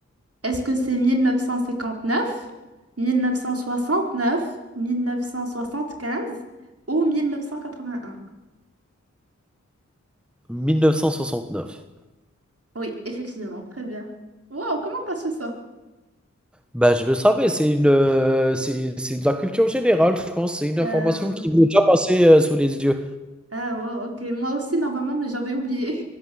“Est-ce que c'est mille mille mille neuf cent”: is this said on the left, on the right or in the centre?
Right